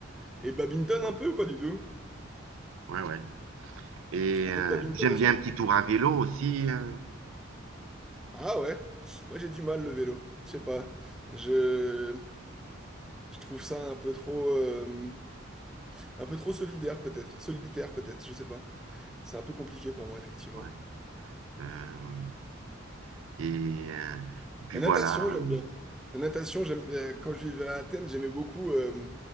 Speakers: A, in the centre; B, on the right.
A: Et badminton
B: Ouais,
A: un peu ou pas du tout?
B: ouais. ouais. Et
A: Un
B: euh,
A: peu de badminton
B: j'aime
A: aussi?
B: bien un petit tour à vélo aussi. euh,
A: Ah ouais? Moi, j'ai du mal le vélo. Je sais pas. Je, je trouve ça un peu trop, euh, un peu trop solidaire peut-être. Solitaire peut-être, je sais pas. C'est un peu compliqué pour moi, effectivement.
B: ouais. Euh, et, euh, et puis
A: La
B: voilà.
A: natation, j'aime
B: euh,
A: bien. La natation, j'aime, euh, quand je vivais à Athènes, j'aimais beaucoup euh,